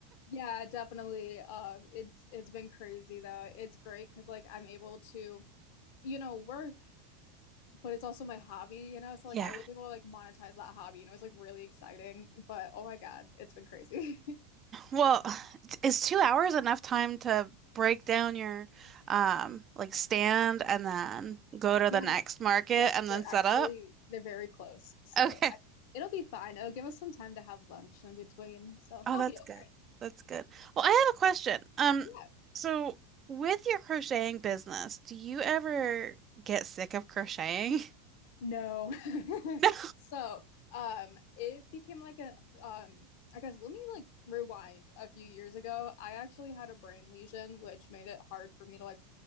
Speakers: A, on the left; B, on the right.
A: Yeah, definitely. Uh, it's it's been crazy though. It's great because like I'm able to, you know, work but it's also my hobby, you know? So like
B: Yeah.
A: I was able to like monetize that hobby and it was like really exciting. But oh my God, it's been crazy. <laughs>
B: Well, is two hours enough time to break down your um like stand and then go to
A: Yeah,
B: the next market
A: yeah,
B: and
A: they're
B: then
A: actually
B: set up?
A: they're very close. So
B: Okay.
A: I, it'll be fine. It'll give us some time to have lunch in between. So
B: Oh,
A: I'll
B: that's
A: be
B: good.
A: okay.
B: That's good. Well, I have a question. Um,
A: Yeah.
B: so with your crocheting business, do you ever get sick of crocheting? <laughs>
A: No.
B: No.
A: <laughs> So, um, it became like a, um, I guess let me like rewind a few years ago. I actually had a brain lesion, which made it hard for me to like